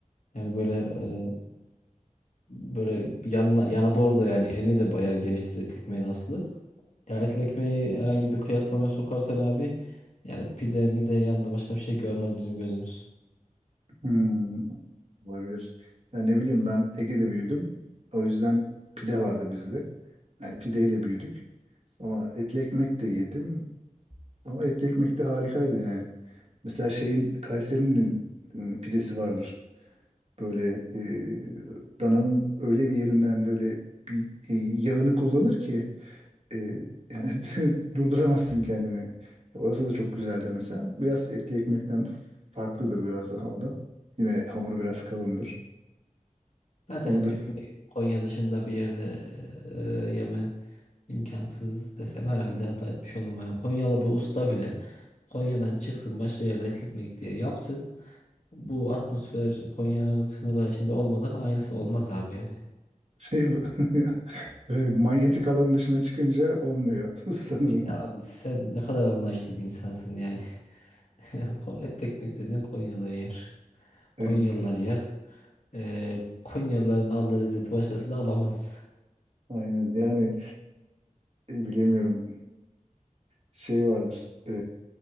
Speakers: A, on the left (about 60°); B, on the right (about 50°).
A: Yani böyle e, böyle yanına yana doğru da yani eni de bayağı geniştir etli ekmeğin aslı. Ya etli ekmeği herhangi bir kıyaslamaya sokarsan abi yani pide mide yanında başka bir şey görmez bizim gözümüz.
B: Hmm, olabilir. Ya ne bileyim ben Ege'de büyüdüm. O yüzden pide vardı bizde. Yani pideyle büyüdük. Ama etli ekmek de yedim. Ama etli ekmek de harikaydı yani. Mesela şeyin Kayseri'nin e, pidesi vardır. Böyle e, dananın öyle bir yerinden böyle bir e, yağını kullanır ki e, yani <laughs> durduramazsın kendini. Orası da çok güzeldir mesela. Biraz etli ekmekten farklıdır biraz daha o da. Yine hamuru biraz kalındır.
A: Zaten
B: Onu
A: etlik
B: da
A: bir Konya dışında bir yerde e, yemen imkansız desem herhalde hata etmiş olmam. Yani Konyalı bir usta bile Konya'dan çıksın başka yerde etli ekmek diye yapsın. Bu atmosfer Konya'nın sınırları içinde olmadan aynısı olmaz abi yani.
B: şey bu. <laughs> Böyle manyetik alanın dışına çıkınca olmuyor <laughs> sanırım.
A: Ya abi sen ne kadar anlayışlı bir insansın yani. <laughs> Ko- Etli ekmek dediğin Konya'da yenir.
B: Evet.
A: Konyalılar yer. E, Konyalıların aldığı lezzeti başkası da alamaz.
B: Aynen. Yani e, bilemiyorum. Şey vardır. e,